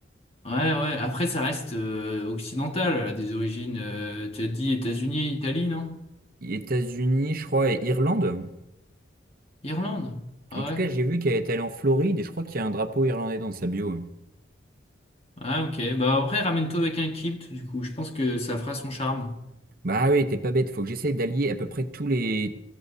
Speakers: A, on the left; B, on the right.
A: Ouais, ouais. Après, ça reste euh, occidental, là, des origines. euh, tu as dit États-Unis, Italie, non?
B: États-Unis, je crois, et Irlande.
A: Irlande. Ah
B: En tout
A: ouais.
B: cas, j'ai vu qu'elle est allée en Floride et je crois qu'il y a un drapeau irlandais dans sa bio.
A: Ah ok, bah en vrai ramène-toi avec un kilt du coup, je pense que ça fera son charme.
B: Bah oui, t'es pas bête, faut que j'essaye d'allier à peu près tous les,